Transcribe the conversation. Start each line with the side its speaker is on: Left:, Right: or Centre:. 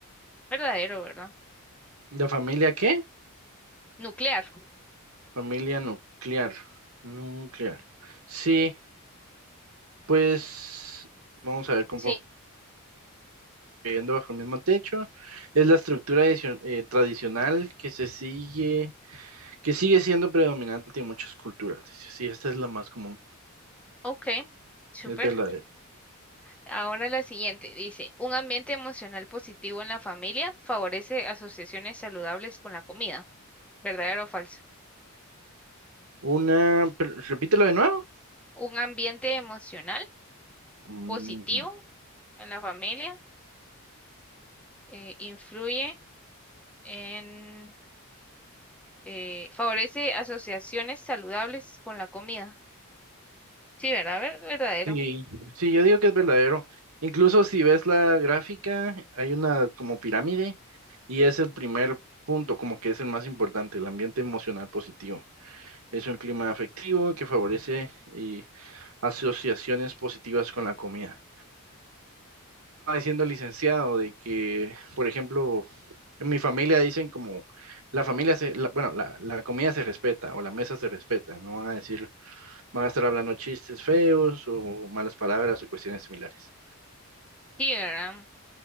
Centre: Verdadero, ¿verdad?
Right: ¿De familia qué?
Centre: Nuclear.
Right: Familia nuclear. Nuclear. Sí, pues vamos a ver conforme
Centre: Sí.
Right: viviendo bajo el mismo techo. Es la estructura adicio- eh, tradicional que se sigue que sigue siendo predominante en muchas culturas. Dice, sí, esta es la más común,
Centre: Ok. Súper.
Right: es verdadero.
Centre: Ahora la siguiente. Dice, un ambiente emocional positivo en la familia favorece asociaciones saludables con la comida. ¿Verdadero o falso?
Right: Una, per- repítelo de nuevo.
Centre: Un ambiente emocional
Right: Ujú.
Centre: positivo en la familia eh, influye en eh, favorece asociaciones saludables con la comida. Sí, ¿verdad? Ver- Verdadero.
Right: Sí, sí, yo digo que es verdadero. Incluso si ves la gráfica, hay una como pirámide y es el primer punto, como que es el más importante, el ambiente emocional positivo. Es un clima afectivo que favorece y asociaciones positivas con la comida. estaba diciendo el licenciado de que, por ejemplo, en mi familia dicen como la familia se, la- bueno, la, la comida se respeta o la mesa se respeta, no van a decir, van a estar hablando chistes feos o malas palabras o cuestiones similares,
Centre: Sí, ¿verdad?